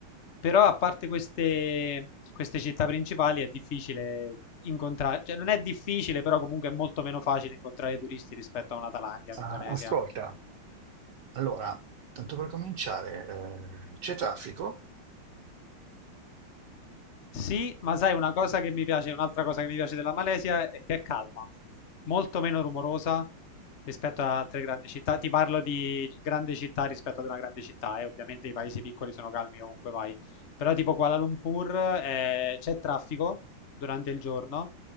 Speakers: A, on the left; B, on the right.
A: Però a parte queste, queste città principali è difficile incontrare, cioè non è difficile, però comunque è molto meno facile incontrare turisti rispetto a una Thailandia,
B: Ah,
A: un'Indonesia.
B: ascolta, allora, tanto per cominciare, eh, c'è traffico?
A: Sì, ma sai una cosa che mi piace, un'altra cosa che mi piace della Malesia è che è calma, molto meno rumorosa rispetto ad altre grandi città. Ti parlo di grande città rispetto ad una grande città e ovviamente i paesi piccoli sono calmi ovunque vai. Però tipo Kuala Lumpur eh, c'è traffico durante il giorno,